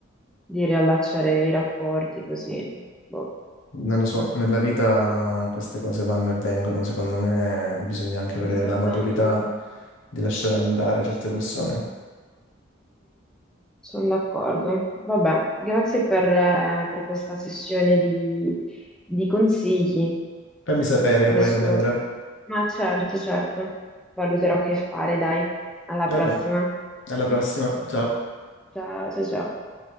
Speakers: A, in the centre; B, on the left (about 70°).
A: di riallacciare i rapporti così? Boh,
B: Non lo so, nella vita queste cose vanno e vengono. Secondo me bisogna anche avere
A: esattamente.
B: la maturità di lasciare andare certe persone.
A: sono d'accordo. Vabbè, grazie per, eh, per questa sessione di, di consigli.
B: Fammi sapere
A: Adesso,
B: poi come andrà.
A: ma certo, certo, valuterò che fare, dai. Alla
B: Va
A: prossima.
B: bene, alla prossima, ciao.
A: Ciao, ciao, ciao.